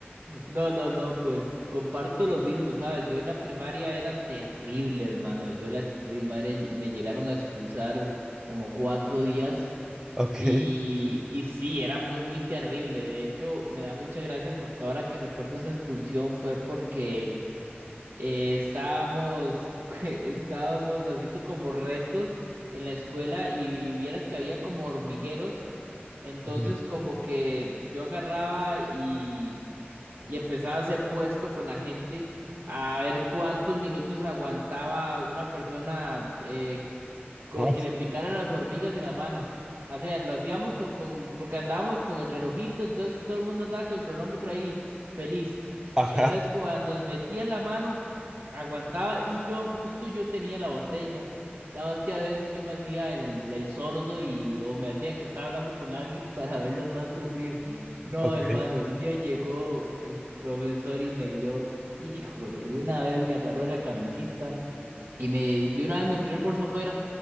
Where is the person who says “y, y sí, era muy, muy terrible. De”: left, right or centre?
Right